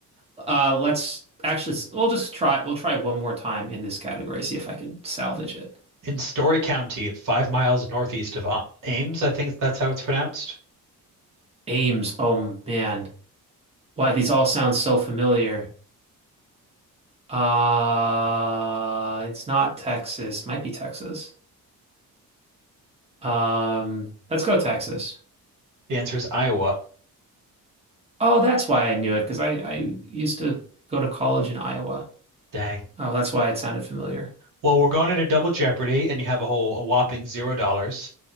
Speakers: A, on the right; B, on the right.
A: uh, let's actually, s- we'll just try, we'll try one more time in this category, see if I can salvage it.
B: In Story County, five miles northeast of Ames, I think that's how it's pronounced.
A: Ames. Oh man. Why, these all sound so familiar. Uh, it's not Texas. Might be Texas. Um, let's go Texas.
B: The answer is Iowa.
A: Oh, that's why I knew it because I I used to go to college in Iowa.
B: Dang.
A: Oh, that's why it sounded familiar.
B: Well, we're going into double jeopardy, and you have a whole a whopping zero dollars.